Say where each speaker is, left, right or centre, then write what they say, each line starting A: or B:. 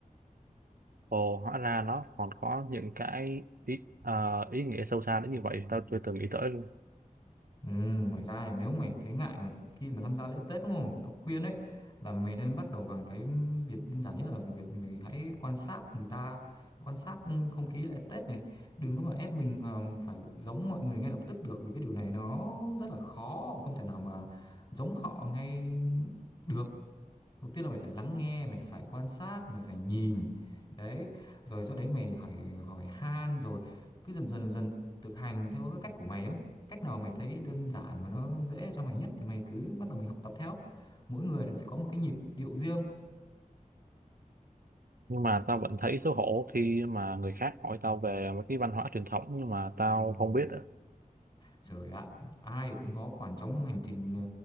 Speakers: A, on the right; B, on the left.
A: ồ hóa ra nó còn có những cái ý ờ, ý nghĩa sâu xa đến như vậy tao chưa từng nghĩ tới luôn
B: Ừ, ngoài ra này, nếu mày thấy ngại mà khi mà tham gia lễ Tết đúng không? Tao khuyên ấy là mày nên bắt đầu bằng cái việc đơn giản nhất là việc mình hãy quan sát người ta, quan sát ừ, không khí lễ Tết này. Đừng có mà ép mình vào phải giống mọi người ngay lập tức được vì cái điều này nó rất là khó, không thể nào mà giống họ ngay được đầu tiên là mày phải lắng nghe mày phải quan sát mày phải nhìn đấy rồi sau đấy mày hỏi hỏi han rồi cứ dần dần dần thực hành theo cái cách của mày á cách nào mày thấy đơn giản và nó dễ cho mày nhất thì mày cứ bắt đầu mình học tập theo mỗi người là sẽ có một cái nhịp điệu riêng
A: nhưng mà tao vẫn thấy xấu hổ khi mà người khác hỏi tao về một cái văn hóa truyền thống nhưng mà tao không biết ạ.
B: trời ạ ai cũng có khoảng trống hành trình ờ,